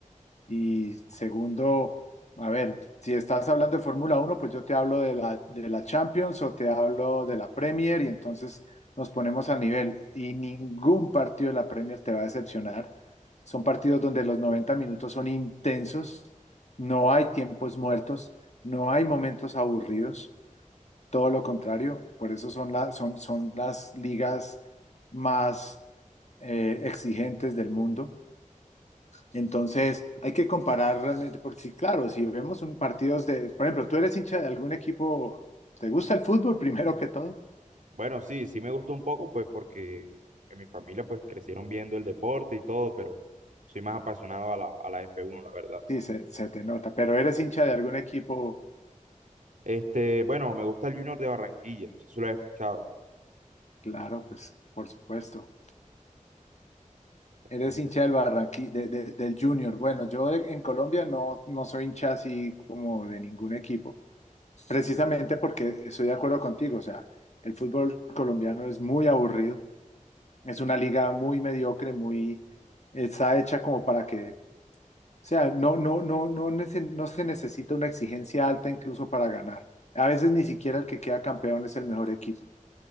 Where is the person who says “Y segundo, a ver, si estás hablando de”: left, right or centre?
Left